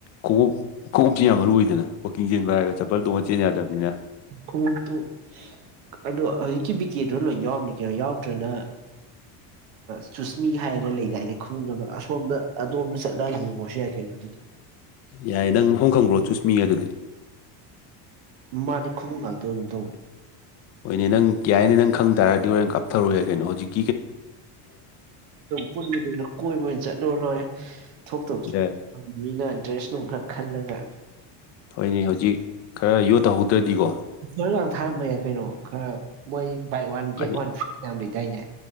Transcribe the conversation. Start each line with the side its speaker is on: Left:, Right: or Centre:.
Left: ꯈꯣꯡꯎꯞ ꯈꯣꯡꯎꯞꯁꯤꯦ ꯌꯥꯝ ꯃꯔꯨ ꯑꯣꯏꯗꯅ ꯋꯥꯛꯀꯤꯡ ꯆꯦꯟꯕ ꯍꯥꯏꯔꯒ ꯆꯄꯜ ꯇꯣꯡꯉ ꯆꯦꯟ ꯌꯥꯗꯕꯅꯤꯅ
Right: <inaudible> ꯑꯗꯣ ꯍꯧꯖꯤꯛꯀꯤ ꯕꯤꯀꯦꯗꯨꯣ ꯂꯣꯏ ꯌꯥꯎꯔꯝꯅꯤ ꯀꯩꯅꯣ ꯌꯥꯎꯗ꯭ꯔꯅ ꯁꯨꯁꯃꯤ ꯍꯥꯏꯔꯒ ꯂꯩꯗꯥꯏꯅꯦ ꯈꯃꯪ ꯑꯁꯣꯝꯗ ꯑꯗꯣꯝꯗ ꯆꯠꯂꯒ ꯌꯦꯡꯉꯨꯔꯁꯨ ꯌꯥꯏ ꯀꯩꯅꯣꯗꯨꯗꯤ
Left: ꯌꯥꯏꯌꯦ ꯅꯪ ꯃꯐꯝ ꯈꯪꯕ꯭ꯔꯣ ꯆꯨꯁꯃꯤꯌꯦꯦ ꯑꯗꯨꯗꯤ
Right: ꯃꯥꯗꯤ ꯈꯃ ꯉꯥꯛꯇ ꯑꯗꯨꯝ ꯇꯧꯕꯅꯦ
Left: ꯍꯣꯏꯅꯦ ꯅꯪ ꯀꯌꯥꯅꯦ ꯅꯪ ꯈꯪ ꯇꯥꯔꯗꯤ ꯍꯣꯔꯦꯟ ꯀꯥꯞꯊꯔꯨ ꯌꯥꯏ ꯀꯩꯅꯣ ꯍꯧꯖꯤꯛ
Right: ꯄꯨꯟ ꯂ ꯀꯣꯏꯕ ꯑꯣꯏꯅ ꯆꯠꯂꯨꯔ ꯂꯣꯏꯔꯦ ꯊꯣꯛꯇꯕꯁꯨꯪꯕꯅꯤꯅ
Left: ꯌꯥꯏ
Right: ꯑꯦ ꯗ꯭ꯔꯦꯁ ꯅꯨꯡꯈꯛ ꯈꯜꯂꯒ
Left: ꯍꯣꯏꯅꯦ ꯍꯧꯖꯤꯛ ꯈꯔ ꯌꯨꯠ ꯇꯧꯍꯧꯗ꯭ꯔꯗꯤꯀꯣ
Right: ꯑꯣꯐꯔꯒ ꯊꯥꯔꯝꯕ ꯌꯥꯏ ꯀꯩꯅꯣ ꯈꯔ ꯃꯣꯏ ꯏ ꯋꯥꯟ
Left: ꯃꯥꯅꯤ
Right: ꯦꯠ ꯋꯥꯟ ꯐ ꯌꯥꯏꯅꯦ